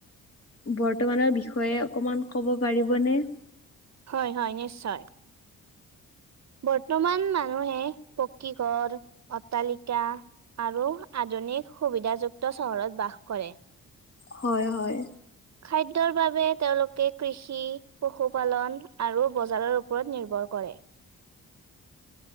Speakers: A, on the left; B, on the right.
A: বৰ্তমানৰ বিষয়ে অকমান ক'ব পাৰিবনে?
B: হয় হয় নিশ্চয়। বৰ্তমান মানুহে পকী ঘৰ, অট্টালিকা আৰু আধুনিক সুবিধাযুক্ত চহৰত বাস কৰে।
A: হয় হয়।
B: খাদ্যৰ বাবে তেওঁলোকে কৃষি, পশুপালন আৰু বজাৰৰ ওপৰত নিৰ্ভৰ কৰে।